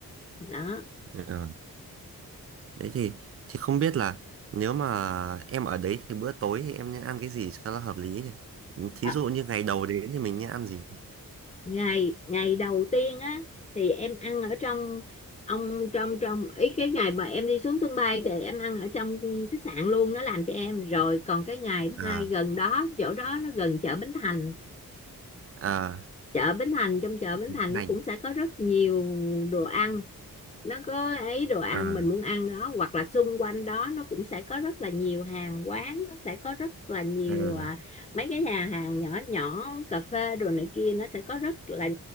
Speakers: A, on the left; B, on the right.
A: đó
B: ờ đấy thì thì không biết là nếu mà em ở đấy thì bữa tối thì em nên ăn cái gì cho nó hợp lý nhỉ thí
A: À,
B: dụ như ngày đầu đến thì mình nên ăn gì
A: ngày ngày đầu tiên á thì em ăn ở trong ông trong trong ý cái ngày mà em đi xuống sân bay thì em ăn ở trong khách sạn luôn nó làm cho em rồi còn cái ngày thứ
B: à
A: hai gần đó chỗ đó nó gần chợ Bến Thành
B: à
A: chợ Bến Thành trong chợ Bến
B: biến
A: Thành nó
B: thành
A: cũng sẽ có rất nhiều đồ
B: à
A: ăn nó có ấy đồ ăn
B: à
A: mình muốn ăn đó hoặc là xung quanh đó nó cũng sẽ có rất là nhiều hàng quán nó sẽ có rất là nhiều
B: à
A: à, mấy cái nhà hàng nhỏ nhỏ cà phê đồ này kia nó sẽ có rất là